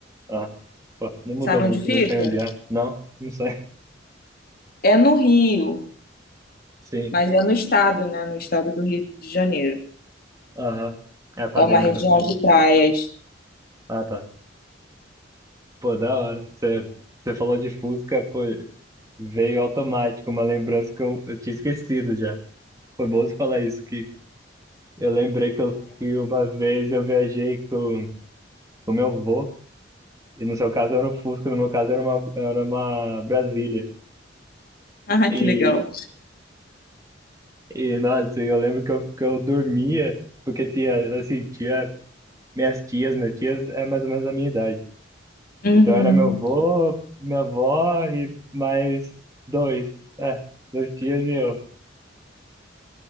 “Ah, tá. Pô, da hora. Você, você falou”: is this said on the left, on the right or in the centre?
Right